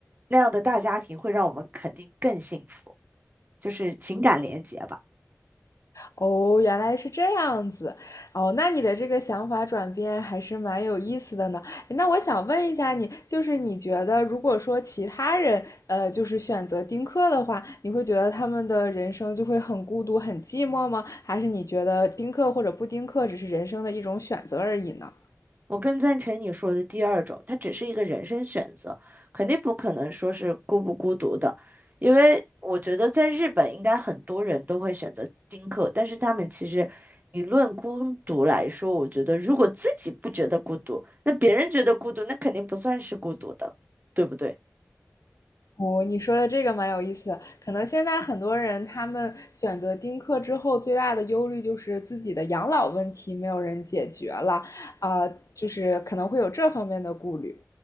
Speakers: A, on the right (about 35°); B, on the left (about 80°).
A: 那样的大家庭会让我们肯定更幸福，就是情感连结吧。
B: 哦，原来是这样子。哦，那你的这个想法转变还是蛮有意思的呢。那我想问一下你，就是你觉得如果说其他人呃就是选择丁克的话，你会觉得他们的人生就会很孤独、很寂寞吗？还是你觉得丁克或者不丁克只是人生的一种选择而已呢？
A: 我更赞成你说的第二种，它只是一个人生选择，肯定不可能说是孤不孤独的，因为我觉得在日本应该很多人都会选择丁克，但是他们其实你论孤独来说，我觉得如果自己不觉得孤独，那别人觉得孤独，那肯定不算是孤独的，对不对？
B: 哦，你说的这个蛮有意思的。可能现在很多人他们选择丁克之后，最大的忧虑就是自己的养老问题没有人解决了，啊、就是可能会有这方面的顾虑。